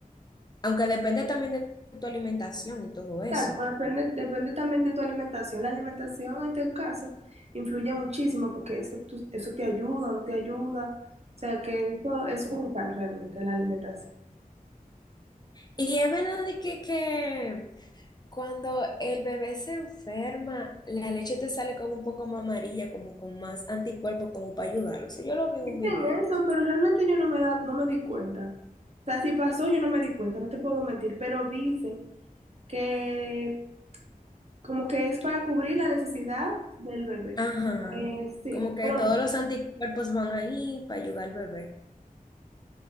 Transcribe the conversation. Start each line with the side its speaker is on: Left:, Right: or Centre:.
Left: Aunque depende también de tu alimentación y todo eso.
Right: Exacto, depende, depende también de tu alimentación. La alimentación en este caso influye muchísimo porque eso, tú- eso te ayuda o no te ayuda. O sea que eso, eso es vital realmente, la alimentación.
Left: Y es verdad de que, que cuando el bebé se enferma, la leche te sale como un poco más amarilla, como con más anticuerpos, como para ayudarlo. O sea, yo lo vi en un
Right: Dicen
Left: video.
Right: eso, pero realmente yo no me da, no me di cuenta. O sea, si pasó, yo no me di cuenta, no te puedo mentir, pero dicen que como que es para cubrir la necesidad del bebé.
Left: Ajá.
Right: Eh, sí,
Left: Como que
Right: pero
Left: todos los anticuerpos van ahí para ayudar al bebé.